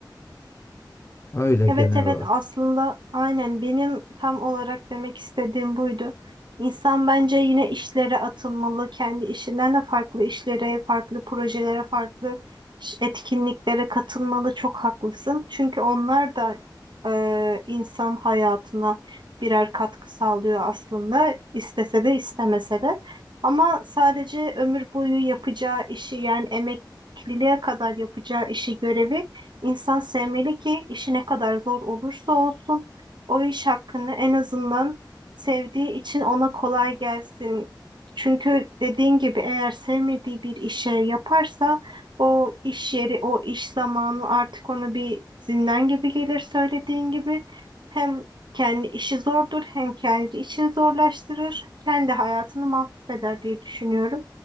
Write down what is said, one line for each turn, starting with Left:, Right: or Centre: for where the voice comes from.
Left: Öyle
Right: Evet
Left: genel
Right: evet
Left: olarak.
Right: aslında aynen benim tam olarak demek istediğim buydu. İnsan bence yine işlere atılmalı. Kendi işinden de farklı işlere, farklı projelere, farklı ş- etkinliklere katılmalı. Çok haklısın. Çünkü onlar da e, insan hayatına birer katkı sağlıyor aslında. istese de istemese de. Ama sadece ömür boyu yapacağı işi yani emekliliğe kadar yapacağı işi, görevi İnsan sevmeli ki işi ne kadar zor olursa olsun o iş hakkında en azından sevdiği için ona kolay gelsin. Çünkü dediğin gibi eğer sevmediği bir işe yaparsa o iş yeri, o iş zamanı artık ona bir zindan gibi gelir söylediğin gibi. Hem kendi işi zordur hem kendi işini zorlaştırır. Kendi hayatını mahveder diye düşünüyorum.